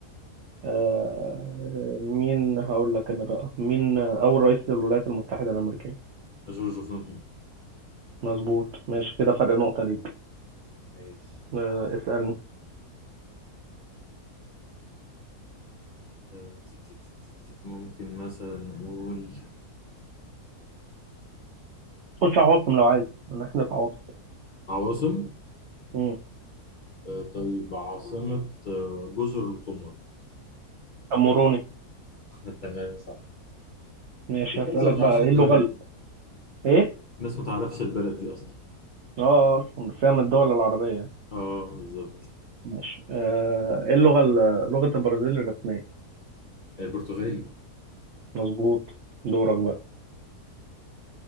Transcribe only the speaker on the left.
جورج وسوم
ماشي
آه، تي- تي- تي- تي- تي- ممكن مثلا نقول
عواصم
آه، طيب عاصمة آه، جزر القمر
<laughs> تمام صح
الناس ما تعرفش
الدولة
دي
الناس ما تعرفش البلد دي أصلا
اه بالظبط
البرتغالي